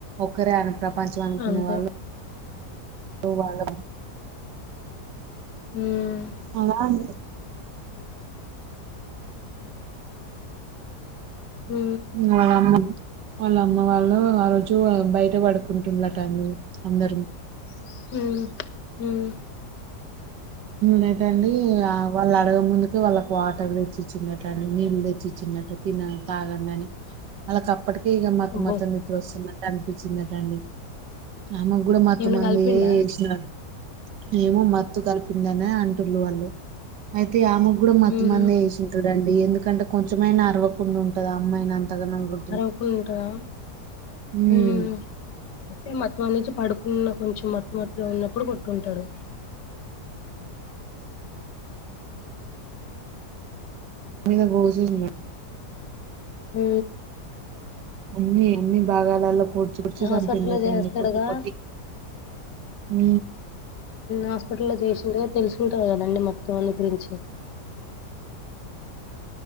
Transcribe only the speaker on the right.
ఒక్కరే అనక పచవాన్కు
వాళు వాళ
అలా <inaudible>
వాళ్ళ అమ్మ వాళ్ళ అమ్మ వాళ్ళు ఆ రోజు బయట పడుకుంటుండలటన్ని అందరిని
లేటండి ఆ వాళ్ళు అడగ ముందుకి వాళ్ళకి వాటర్ తెచ్చిచ్చినట్టు అండి నీళ్ళు తెచ్చిచ్చినట్టు తినని తాగండి అని అలాక అప్పటికే ఇక మత
మతు నిద్ర వస్తున్నట్టు అనిపించిందటండి అమే కూడా మత్తు
మందు
చేసిన మేమో మత్తు కలిపి అంటుు వాళ్ళు అయితే ఆమెకు కూడా మత్
మంది వేసారు చూడండి ఎందుకంటే కొంచెమైనా అరవకుండా ఉంటది అమ్మాయిని అంతగానం అ
ఉమ్
మీ బోజున్నా
అన్ని అన్ని భాగాలలో పొడ్చి పడ్చి
చంపిండటండి
కొట్టి కొట్టి ఉ